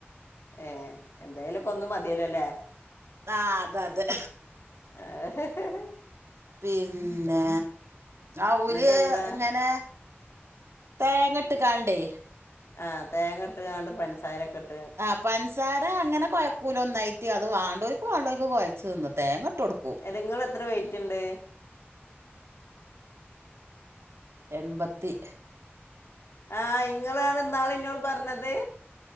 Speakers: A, on the left; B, on the right.
A: ഏഹ് എന്തെലൊക്കെ ഒന്ന് മതിയല്ലോല്ലെ?
B: ആഹ് അത അതെ
A: <unintelligible>
B: പിന്നെ അവുല്
A: എന്നിട്ട് എന്താ
B: ഇങ്ങനെ. തേങ്ങട്ട്കാണ്ടേ.
A: ആഹ് തേങ്ങ ഇട്ട്ങ്ങാണ്ട് പൻസാരെക്കട്ട്.
B: ആ പൻസാര അങ്ങനെ കൊയക്കൂല ഒന്നായിട്ട് അത് വാണ്ടോൽക്ക് വാണ്ടോൽക്ക് കൊയ ചെന്ന് തേങ്ങട്ടൊടുക്കും.
A: അല്ലങ്ങള് എത്ര വൈറ്റ്ണ്ട്.
B: എൺപത്തി.
A: ആഹ് ഇങ്ങളാണ്ന്നാളിന്നോട് പറഞ്ഞത്.